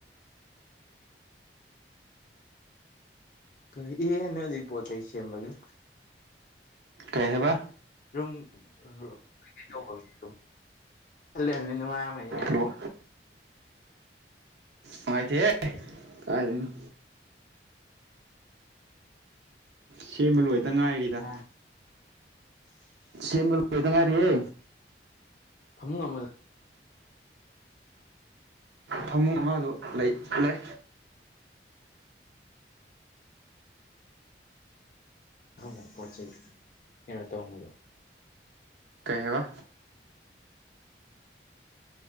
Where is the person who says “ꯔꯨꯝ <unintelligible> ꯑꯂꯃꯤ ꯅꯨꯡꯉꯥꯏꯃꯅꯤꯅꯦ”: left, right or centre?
Left